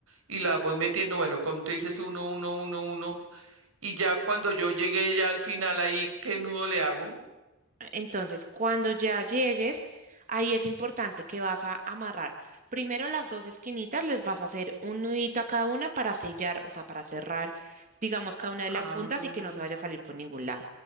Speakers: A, on the right; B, on the right.
A: y la voy metiendo, bueno, como tú dices, uno, uno, uno, uno. Y ya cuando yo llegue ya al final ahí, ¿qué nudo le hago?
B: Entonces, cuando ya llegues, ahí es importante que vas a amarrar primero las dos esquinitas, les vas a hacer un nudito a cada una para sellar, o sea, para cerrar, digamos, cada una de
A: Ah.
B: las puntas y que no se vaya a salir por ningún lado.